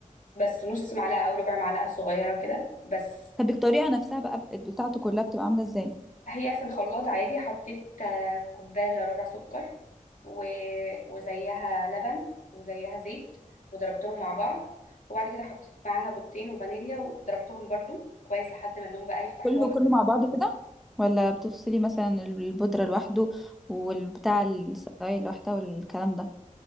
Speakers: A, on the left; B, in the centre.
A: بس نص معلقة أو ربع معلقة صغيرة كده بس
B: طب الطريقه نفسها بقى بت- بتاعته كلها بتبقى عامله ازاي
A: هي في الخلاط عادي حطيت آه، كوباية إلا ربع سكر و... وزيها لبن وزيها زيت وضربتهم مع بعض وبعد كده حطيت معاها بيضتين وفانيليا وضربتهم برضو كويس لحد ما اللون بقى يفتح
B: كله
A: خالص
B: كله مع بعضه كده ولا بتفصلي مثلا البودره لوحده والبتاع السرايل لوحدها والكلام ده